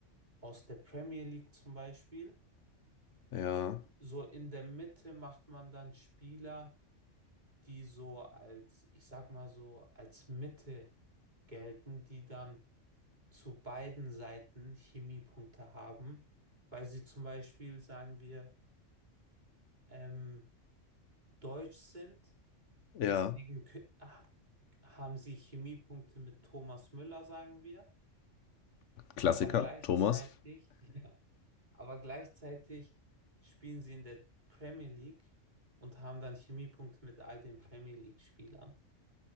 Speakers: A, on the right (about 35°); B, on the left (about 70°).
A: aus der Premier League zum Beispiel.
B: ja,
A: So in der Mitte macht man dann Spieler, die so als, ich sag mal so, als Mitte gelten, die dann zu beiden Seiten Chemiepunkte haben, weil sie zum Beispiel, sagen wir, ähm, deutsch sind.
B: ja.
A: Deswegen kö- ha- haben sie Chemiepunkte mit Thomas Müller, sagen wir.
B: Klassiker,
A: Aber gleichzeitig,
B: Thomas.
A: <laughs> ja, aber gleichzeitig spielen sie in der Premier League und haben dann Chemiepunkte mit all den Premier League-Spielern.